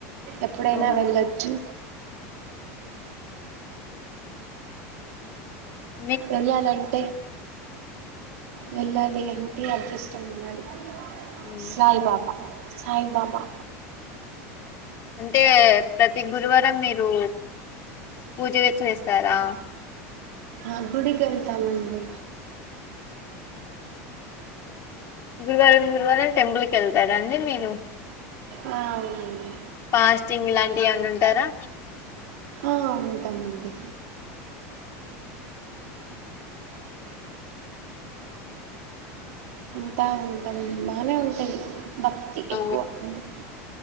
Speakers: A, on the right; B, on the left.
A: ఎప్పుడైనా
B: అవును.
A: వెళ్ళొచ్చు
B: మ్
A: వెళ్ళాలంటే వెళ్ళాలి అన్ టే అదృష్టం ఉండాలి
B: హ్మ్.
A: సాయిబాబా సాయిబబా
B: అంటే ప్రతి గురువారం మీరూ పూజగా చేస్తారా
A: అ గుడికెళ్తామండి
B: గురువారం గురువారం టెంపుల్ కెళ్తారా అండి మీ రు
A: ఆ అవునండి
B: ఫాస్టింగ్ లాంటియి ఏమన్న ఉంటారా
A: ఆ ఉంటామండి అంతా ఉంటాం బానే ఉంటాది భక్తి
B: ఆ!
A: ఎక్కువ అంతె